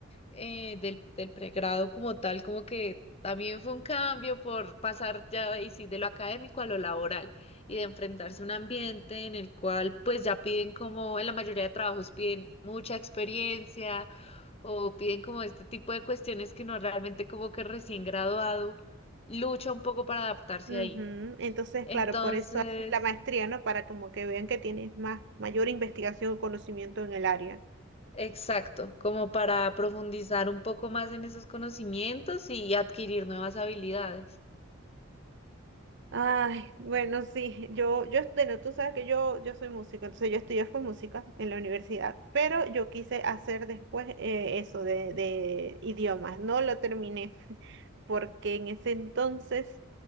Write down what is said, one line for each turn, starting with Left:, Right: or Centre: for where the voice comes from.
Left: eh, del, del pregrado como tal, como que también fue un cambio por pasar ya y sí, de lo académico a lo laboral y de enfrentarse a un ambiente en el cual pues ya piden como en la mayoría de trabajos piden mucha experiencia o piden como este tipo de cuestiones que no realmente como que recién graduado lucha un poco para adaptarse
Right: Ujú,
Left: ahí.
Right: Entonces,
Left: Entonces,
Right: claro, por eso haces la maestría, ¿no? Para como que vean que tienes más, mayor investigación o conocimiento en el área.
Left: exacto, como para profundizar un poco más en esos conocimientos y adquirir nuevas habilidades.
Right: Ay, bueno, sí, yo, yo, bueno, tú sabes que yo, yo soy música, entonces yo estudié fue música en la universidad, pero yo quise hacer después eh, eso de, de idiomas, no lo terminé, <laughs> porque en ese entonces,